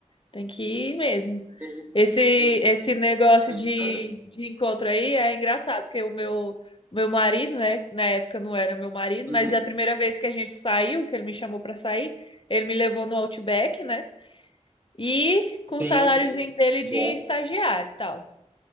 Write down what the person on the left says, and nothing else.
Tem que ir mesmo.
Esse,
esse negócio
de,
de encontro aí é engraçado, porque o meu, meu marido, né, na época não era meu marido,
mas a primeira vez que a gente saiu, que ele me chamou pra sair, ele me levou no Outback, né? E com
o saláriozinho
dele
de estagiário e tal.